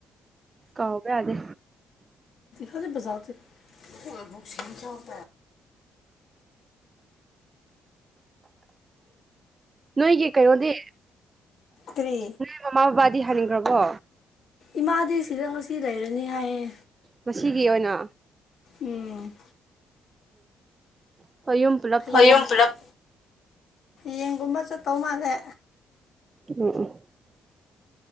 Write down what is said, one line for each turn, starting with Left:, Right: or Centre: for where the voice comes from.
Right: ꯀꯥꯎꯕ ꯌꯥꯗꯦ
Left: ꯐꯗꯦꯖꯔ
Right: ꯅꯣꯏꯒꯦ ꯀꯩꯅꯗꯦ
Left: ꯀꯔꯤ
Right: ꯅ ꯃꯃꯥꯕꯥꯗꯤ ꯍꯅꯤꯡꯈ꯭ꯔꯕꯣ
Left: ꯏꯃꯥꯗꯤ ꯁꯤꯗ ꯉꯁꯤ ꯂꯩꯔꯅꯤ ꯍꯥꯏꯌꯦ
Right: ꯃꯁꯤꯒꯤ ꯑꯣꯏꯅ
Left: ꯎꯝ
Right: ꯎꯝ ꯍꯣꯏ ꯌꯨꯝ ꯄꯨꯂꯞ ꯊꯣꯡꯉꯣ
Left: ꯃꯌꯨꯝ ꯄꯨꯂꯞ ꯌꯦꯡꯒꯨꯝꯕ ꯆꯠꯇꯧ ꯃꯥꯜꯂꯦ
Right: ꯎ